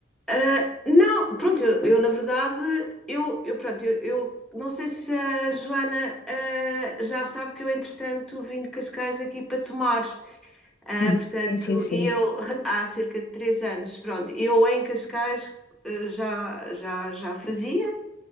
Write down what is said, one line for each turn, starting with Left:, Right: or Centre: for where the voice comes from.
Centre: Ah, não, pronto, eu, eu, na verdade, eu, eu pronto, eu, eu não sei se a Joana ah, já sabe que eu, entretanto, vim de Cascais aqui para tomar, Ah,
Left: Uhum.
Centre: portanto,
Left: Sim, sim, sim.
Centre: e eu <laughs> há cerca de três anos, pronto, eu em Cascais ah, já, já, já fazia,